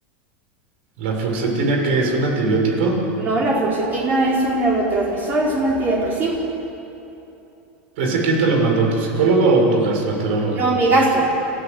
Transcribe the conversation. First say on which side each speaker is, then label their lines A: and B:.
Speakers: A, on the right; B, on the right.
A: La fluoxetina, que es un antibiótico?
B: No, la fluxetina es un neurotransmisor, es un antidepresivo.
A: ¿Ese quién te lo mandó? ¿Tu psicólogo o tu gastroenteróloga?
B: No, mi gastro.